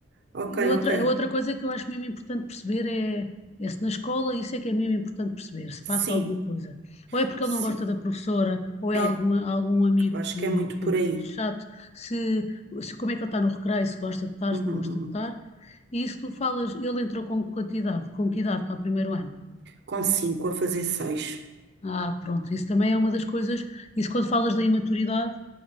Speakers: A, on the right (about 60°); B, on the left (about 35°).
A: Ok,
B: e outra,
A: ok.
B: outra coisa que eu acho mesmo importante perceber é, é se na escola isso é que é mesmo importante perceber, se passa
A: Sim,
B: alguma coisa. Ou é porque
A: sim.
B: ele não gosta da professora, ou
A: É,
B: é algum, algum amigo
A: eu acho
B: que,
A: que é muito
B: que
A: por aí.
B: chato, se, se como é que ele está no recreio, se gosta de estar,
A: Uhum,
B: se não gosta
A: uhum.
B: de estar. E isso tu falas, ele entrou com quantidade, com que idade para o primeiro ano?
A: Com cinco a fazer seis.
B: Ah, pronto, isso também é uma das coisas, isso quando falas da imaturidade,